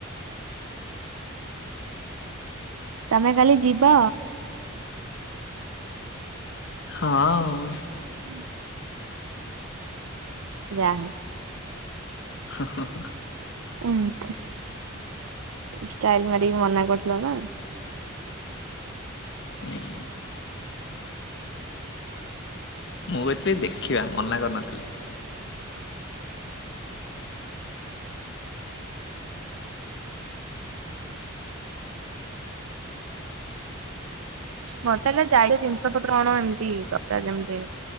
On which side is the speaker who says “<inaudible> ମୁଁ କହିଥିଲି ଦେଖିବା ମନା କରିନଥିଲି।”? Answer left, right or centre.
Left